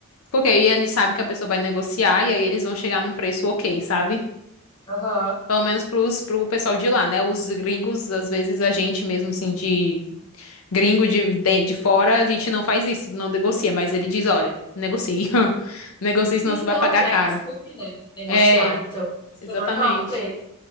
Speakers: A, on the left; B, on the left.
A: porque aí eles sabem que a pessoa vai negociar e aí eles vão chegar
B: Sim.
A: num preço ok, sabe?
B: Aham.
A: Pelo menos pros, pro pessoal de lá, né? Os gringos, às vezes, a gente mesmo, assim, de Gringo de, de, de fora, a gente não faz isso, não negocia, mas ele diz, olha, negocie. <laughs> Negocie, senão
B: Sim,
A: você vai
B: não,
A: pagar
B: já
A: caro.
B: é costume, né? Negociar,
A: É,
B: então. Isso
A: exatamente.
B: é normal pra eles.